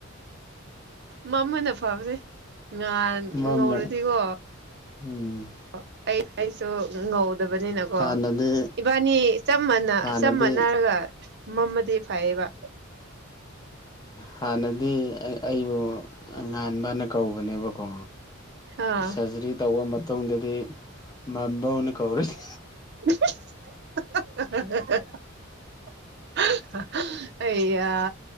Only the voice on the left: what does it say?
ꯃꯝꯃꯦ
ꯎꯝ
ꯍꯥꯟꯅꯗꯤ
ꯍꯥꯟꯅꯗꯤ
ꯍꯥꯟꯅꯗꯤ ꯑꯩꯕꯨ ꯉꯥꯟꯕꯅ ꯀꯧꯕꯅꯦꯕꯀꯣ
ꯁꯔꯖꯔꯤ ꯇꯧꯕ ꯃꯇꯨꯡꯗꯗꯤ ꯃꯝꯕꯧꯅ ꯀꯧꯔꯁꯦ